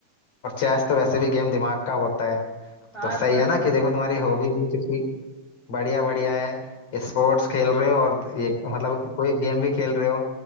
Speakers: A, on the left (about 50°); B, on the left (about 15°).
A: और चेस तो वैसे भी गेम दिमाग का होता है
B: हूँ हाँ
A: तो सही
B: थोड़ा
A: है ना
B: सा
A: कि देखो तुम्हारी हॉबी भी कितनी बढ़िया बढ़िया है स्पोर्ट्स खेल रहे हो और ये मतलब कोई गेम भी खेल रहे हो